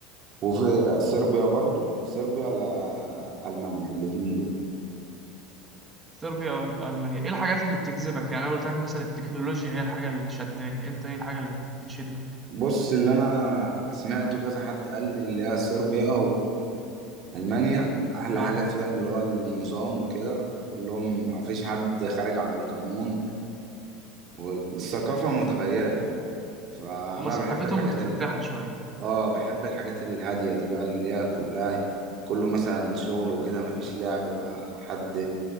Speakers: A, on the right; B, on the right.
A: وفي صربيا برضو صربيا لألمانيا الاتنين دول
B: صربيا او المانيا ايه الحاجات اللي بتجذبك يعني انا قلت لك مثلا التكنولوجيا هي الحاجه اللي شداني انت ايه الحاجه اللي بتشدك
A: بص اللي انا سمعته كذا حد قال لي اللي هي صربيا ألمانيا أحلى
B: اه
A: حاجة فيها اللي هو النظام وكده وكلهم مفيش حد خارج عن القانون والثقافة متغيرة يعني فأنا
B: هما ثقافتهم
A: بحب الحاجات
B: متفتحه
A: ال...
B: شويه
A: آه بحب الحاجات الهادية دي بقى اللي هي كلها كله مثلا شغل وكده مفيش لعب وحد